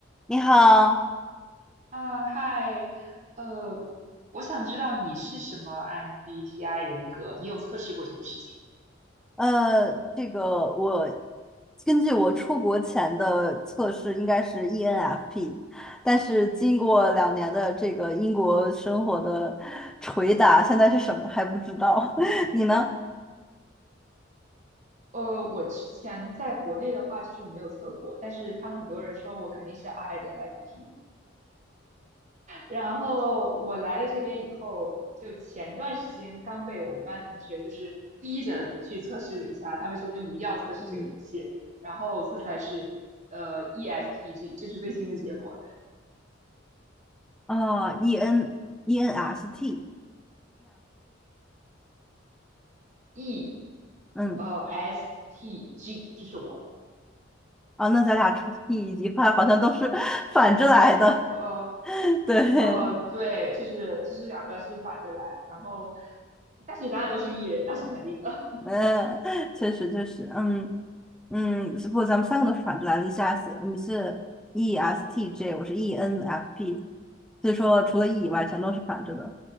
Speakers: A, in the centre; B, on the right.
A: 你好，
B: 啊，嗨，呃，我想知道你是什么 MBTI 人格，你有测试过这个事情吗？
A: 呃，这个我根据我出国前的测试应该是 ENFP，但是经过两年的这个英国生活的捶打，现在是什么还不知道。<laughs> 你呢？
B: 呃，我之前在国内的话，就是我没有测过，但是他们很多人说我肯定是 INFP。然后我来了这边以后，就前段时间刚被我们班同学就是逼着去测试了一下，他们说你一定要测试这个东西，
A: 嗯，
B: 然后测出来是呃 ESTG，这是最新的结果的
A: 啊 e n ENST，ENSP，
B: ，E
A: 嗯，
B: 呃 STG，这是我。
A: 啊，那咱俩出 T 以及快好像都是 <laughs> 反着来的，
B: 呃
A: <laughs> 对。
B: 呃，对，就是就是两个是反着来，然后，但是咱俩都是艺人，那是肯定的。
A: 呃，确实确实，嗯嗯，是不，咱们三个都是反着来的，你是 S，你是 ESTJ，我是 ENFP，所以说除了 E 以外，全都是反着的。